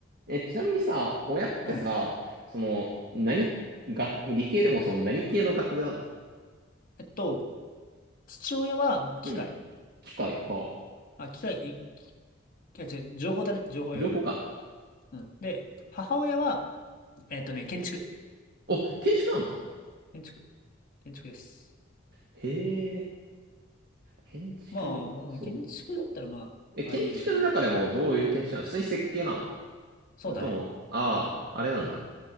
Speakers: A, on the right; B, on the left.
A: え、ちなみにさ、親ってさ、
B: うん。
A: その、何、学理系でもその何系の学部なの
B: えっと、父親はもう機械。
A: うん。機械、は
B: あ、機械、んいや違う、情報だね。情報より。
A: あ、情報か。
B: うん。で、母親は、えっとね、建築。
A: お、建築なんだ。
B: 建築。建築です。
A: へえ、建築、
B: まあ、
A: そう。
B: 建築だったらまあ、
A: え、建築の中でもどういう建築なの普通に設計なの
B: あり得るよね。うんそうだね。
A: それとも、ああ、あれなんだ。